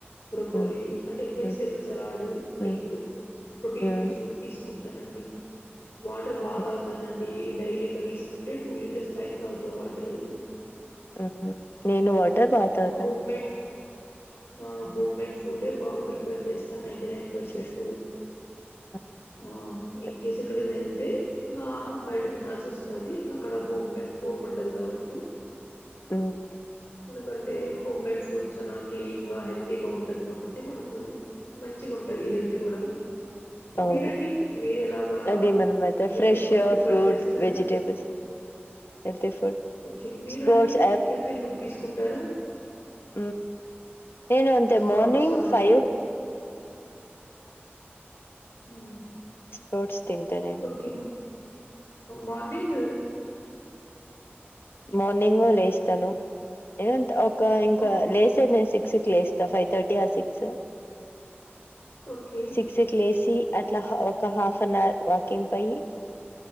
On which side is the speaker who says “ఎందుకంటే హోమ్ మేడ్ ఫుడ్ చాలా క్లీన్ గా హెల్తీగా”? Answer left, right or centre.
Left